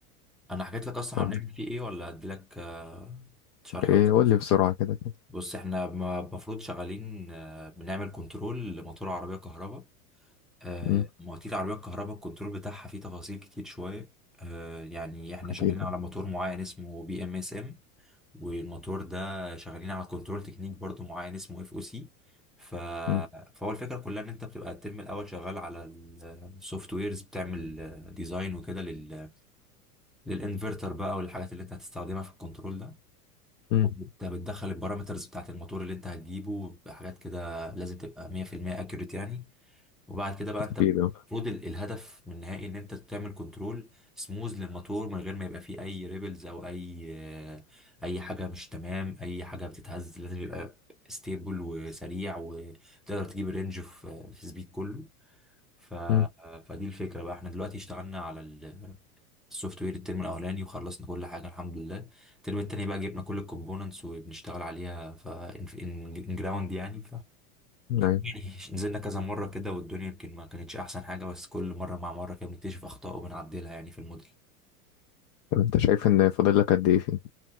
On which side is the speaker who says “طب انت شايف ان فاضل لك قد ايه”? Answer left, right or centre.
Left